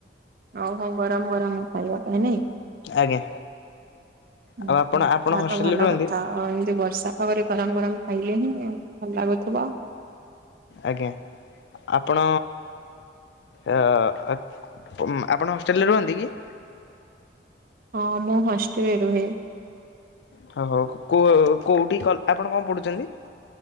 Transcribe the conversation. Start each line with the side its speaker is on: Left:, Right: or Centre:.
Right: ହଉ ହଉ ଗରମ ଗରମ ଖାଇବା ପାଇଁ ନାଇଁ
Left: ଆଜ୍ଞା
Right: ଓହୋ
Left: ଆଉ ଆପଣ
Right: ତାହା
Left: ଆପଣ ହଷ୍ଟେଲରେ
Right: ତ ଭଲ
Left: ରୁହନ୍ତି
Right: କଥା ଆଉ ଏମିତି ବର୍ଷା ତାପରେ ଗରମ ଗରମ ଖାଇଲେଣି ଭଲ ଲାଗୁଥିବ
Left: ଆଜ୍ଞା ଆପଣ ଆ ଅ ଉଁ ଆପଣ ହଷ୍ଟେଲରେ ରୁହନ୍ତି କି
Right: ହଁ ମୁଁ ହଷ୍ଟେଲରେ ରୁହେ
Left: ହଉ ହଉ କୋ କୋଉଠି ଆପଣ କଣ ପଢୁଛନ୍ତି